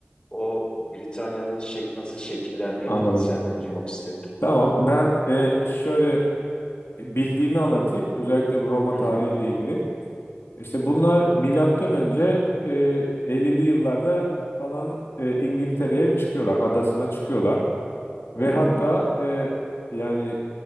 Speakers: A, on the left; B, on the left.
A: o Britanya'nın şey, nasıl şekillendiğini
B: anladım.
A: senden duymak isterim.
B: Tamam ben e, şöyle E, bildiğimi anlatayım. Özellikle bu Roma
A: Hı
B: tarihiyle
A: hı,
B: ilgili. İşte bunlar milattan önce e, 50'li yıllarda falan e, İngiltere'ye çıkıyorlar, adasına çıkıyorlar ve
A: hı hı,
B: hatta e, yani